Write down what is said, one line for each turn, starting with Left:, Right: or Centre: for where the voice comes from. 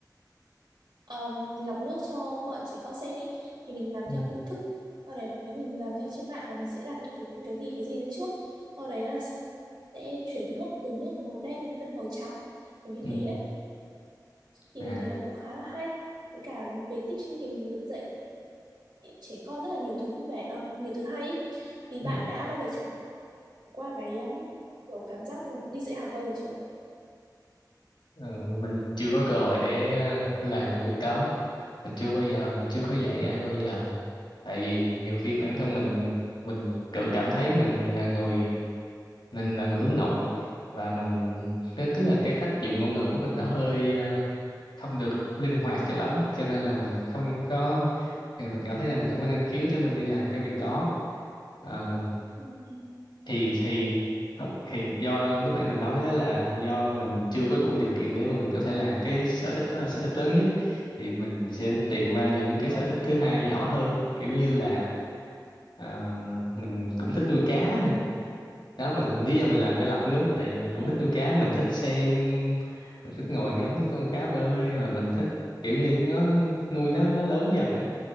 Right: um, lọc nước cho bọn trẻ con xem ý thì mình làm
Left: ừ.
Right: theo công thức ở đấy mình làm theo trên mạng là mình sẽ đặt những cái những cái gì cái gì lên trước sau đấy là sẽ chuyển nước từ nước màu đen thành nước màu trắng kiểu như
Left: Ừ.
Right: thế đấy thì
Left: à
Right: mình thấy nó cũng khá là hay với cả về teaching thì mình được dạy trẻ con rất là nhiều thứ vui vẻ um, nhiều thứ hay ý. thì bạn
Left: Ừ.
Right: đã bao giờ trải qua cái um, kiểu cảm giác đi dạy học bao giờ chưa
Left: Ờ, mình chưa có cơ hội để ờ, làm việc đó mình chưa bao giờ mình chưa có dạy ai bao giờ tại vì nhiều khi bản thân mình mình tự cảm thấy mình là người mình là người hướng nội và mình tức tức là cái cách dùng ngôn ngữ của mình nó hơi ờ, không được linh hoạt cho lắm cho nên là mình không có thì mình cảm thấy là mình không có năng khiếu để mình đi làm cái việc đó Ờ,
Right: Ừ. ừ.
Left: thì thì không thì do lúc nãy mình nói đó là do mình chưa có đủ điều kiện để mà mình có thể làm cái sở thích đó là sở thích lớn nhất thì mình sẽ tìm ra những cái
Right: Ờ.
Left: sở thích thứ hai nhỏ hơn kiểu như là ờ, mình cũng thích nuôi cá nè đó mình lý do mình làm cái lọc nước là tại vì mình
Right: À,
Left: cũng thích
Right: vui.
Left: nuôi cá mình thích xem mình thích ngồi ngắm những con cá bơi và mình thích kiểu như nó nuôi nó nó lớn dần á